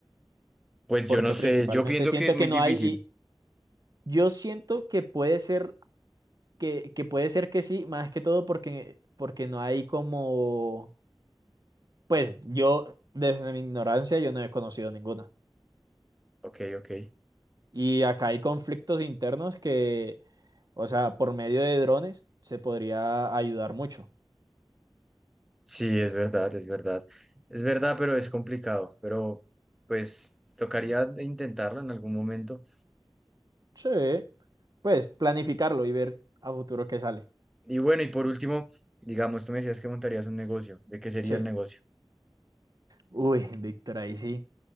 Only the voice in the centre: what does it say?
Pues
yo no sé,
yo pienso
que es muy
difícil.
Ok, ok.
Sí, es verdad, es verdad. Es verdad, pero es complicado. Pero pues tocaría intentarlo en algún momento.
Y bueno, y por último, digamos, tú me decías que montarías un negocio. ¿De qué sería
el negocio?